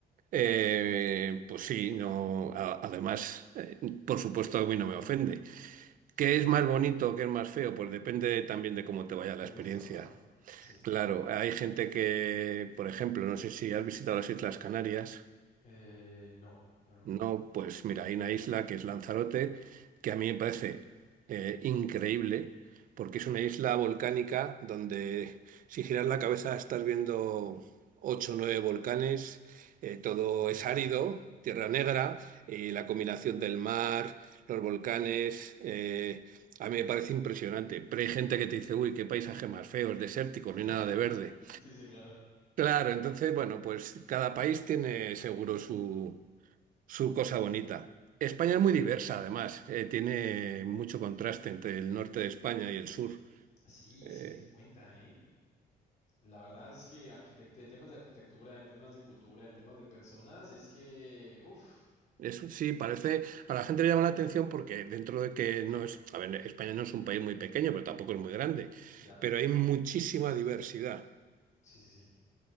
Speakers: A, on the right; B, on the left.
A: Eh, pues sí, no, a- además, eh, por supuesto a mí no me ofende.
B: sí,
A: ¿Qué
B: claro.
A: es más bonito, qué es más feo? Pues depende también de cómo te vaya
B: De
A: la experiencia.
B: gustos, ¿no? Sí.
A: Claro, hay gente que, por ejemplo, no sé si has visitado las Islas Canarias.
B: Eh, no, no, no,
A: No, pues mira, hay una isla que es Lanzarote, que a mí me parece eh, increíble, porque es una isla volcánica donde si giras la cabeza estás viendo ocho o nueve volcanes, eh, todo
B: de verdad.
A: es árido, tierra negra, y la combinación del mar, los volcanes, eh, a mí me parece impresionante. Pero hay gente que te dice, uy, qué paisaje más feo, es desértico,
B: <laughs>
A: no hay nada de verde.
B: Sí, sí, claro.
A: Claro, entonces, bueno, pues cada país tiene seguro su su cosa bonita. España
B: Sí,
A: es muy diversa, además. eh, tiene mucho contraste entre el norte de España y el sur.
B: sí,
A: Eh,
B: sí me di cuenta, ¿eh? La verdad es que arquitect- en temas de arquitectura, en temas de cultura, en temas de personas, es que, uff,
A: eso sí, parece. A la gente le llama la atención porque dentro de que no es. A ver, España no es un país muy pequeño, pero tampoco es muy grande.
B: ya,
A: Pero hay muchísima diversidad.
B: sí, sí, sí,